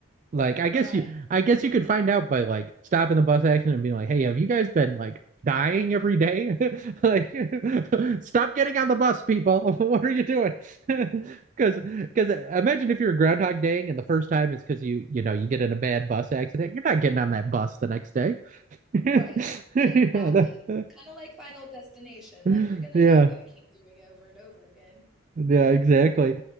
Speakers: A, on the right (about 35°); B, in the centre.
A: Like, I
B: Right,
A: guess you, I guess you could find out by like stopping the bus accident and being like, "Hey, have you guys been like dying every day? <laughs> Like, <laughs> stop getting on the bus, people. <laughs> What are you doing?" <laughs> Because, because imagine if you're a Groundhog Day and the first time is because you, you know, you get in a bad bus accident, you're not getting on that bus the next day. <laughs> Yeah.
B: right. Exactly.
A: that-
B: Kind of like Final Destination.
A: <laughs>
B: Like you're gonna
A: yeah.
B: not gonna keep doing it over and over again.
A: Yeah, exactly.